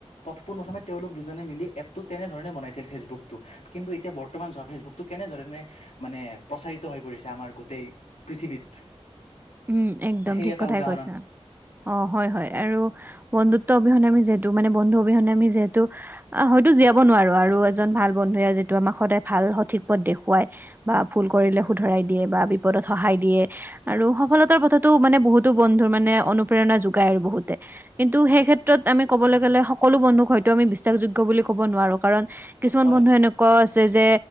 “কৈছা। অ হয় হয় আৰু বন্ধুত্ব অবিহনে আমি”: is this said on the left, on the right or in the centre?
Right